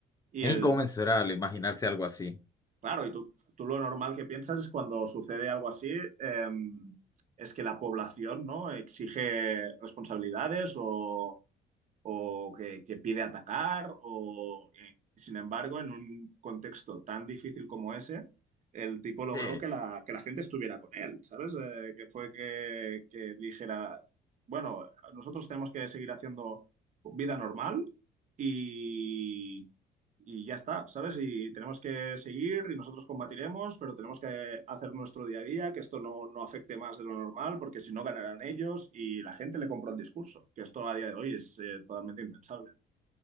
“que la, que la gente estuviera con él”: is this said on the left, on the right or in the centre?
Right